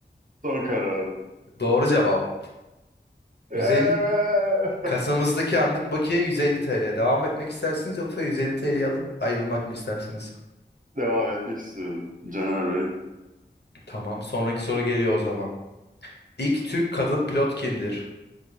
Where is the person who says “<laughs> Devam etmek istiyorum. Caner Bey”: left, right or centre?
Right